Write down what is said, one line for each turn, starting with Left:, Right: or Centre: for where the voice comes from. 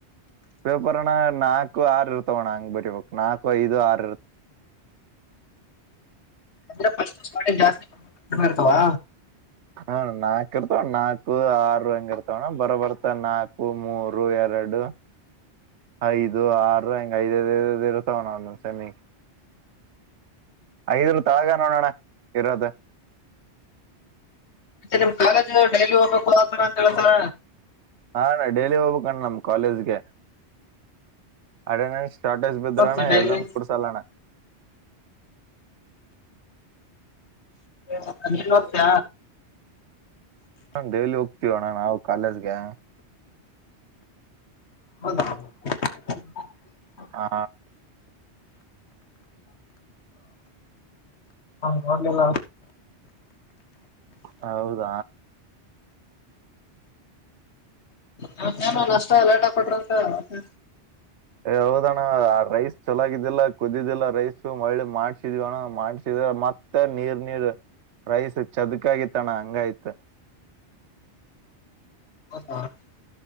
Right: ಪೇಪರ್ಣ್ಣ ನಾಲ್ಕು ಆರು ಇರ್ತವೋಣ್ಣ ಹಂಗ್ ಬರಿಬೇಕಕ್ ನಾಲ್ಕು ಐದು ಆರ್ ಇರು
Left: ಅಂದ್ರೆ ಜಾಸ್ತಿ ಇರ್ತವಾ
Right: ಹಾ ನಾಕು ಇರ್ತಾವ ನಾಕು ಆರು ಹಂಗ ಇರ್ತವಣ್ಣ ಬರ ಬರ್ತ ನಾಕು ಮೂರು ಎರಡು ಐದು ಆರು ಹಂಗಗೆ ಐದದ ಇರುತ್ತಾವಣ ಒಂದೊ ಸೆಮಿ ಐದನ್ ತಾಗ ನೋಡೋಣ ಇರೋದು
Left: ಮತ್ತೆ ನಿಮ್ ಕಾಲೇಜು ಡೈಲಿ ಹೋಗ್ಬೇಕು ಆತರ ಅಂತ ಹೇಳೇಳ್ಸಾರ
Right: ಹಾಣ ಡೈಲಿ ಹೋಗ್ಬೇಕುಣ್ ನಮ್ ಕಾಲೇಜ್ಗೆ ಅಟೆಂಡೆನ್ ಶಾರ್ಟೇಜ್ ಬಿದ್ರೋಣ್ಣ
Left: ಹೋಗ್ತಿ ಡೈಲಿ
Right: ಎಕ್ಸಾಮ್ ಕುಡ್ಸಲ್ಲಣ
Left: ಅತ್ತ
Right: ಹಾ ಡೈಲಿ ಹೋಗ್ತೀವೋಣ್ಣ ನಾವು ಕಾಲೇಜ್ಗೆ
Left: ಹ
Right: ಹಾ
Left: ನಲ್ಲ
Right: ಹೌದ
Left: ಹ್ಮ ಏನು ಅಷ್ಟ ಲೇಟ್ ಆ ಕೊಟ್ರಂತೆಂತ
Right: ಹೌದಣ್ಣ ರೈಸ್ ಚಲಾಗಿದ್ದಿಲ್ಲ ಕುದಿದ್ದಿಲ್ಲ ರೈಸ್ ಮಳ್ಳಿ ಮಾಡ್ಸಿದ್ವಿ ಅಣ್ಣ ಮಾಡ್ಸಿದ ಮತ್ತ ಇತ್ತ ನೀರ್ ನೀರ್ ರೈಸ್ ಚದಕಾಗಿ ತಣ ಹಂಗಯ್ತ
Left: ಹ